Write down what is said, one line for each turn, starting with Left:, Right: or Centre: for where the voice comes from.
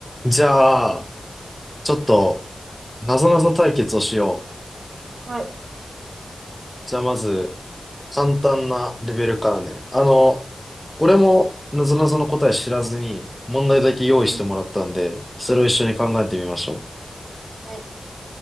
Centre: じゃあ、ちょっと、なぞなぞ対決をしよう。
Right: はい。
Centre: じゃあ、まず、簡単なレベルからね。あの、俺も、なぞなぞの答え知らずに、問題だけ用意してもらったんで、
Right: うん。
Centre: それを一緒に考えてみましょう。
Right: はい。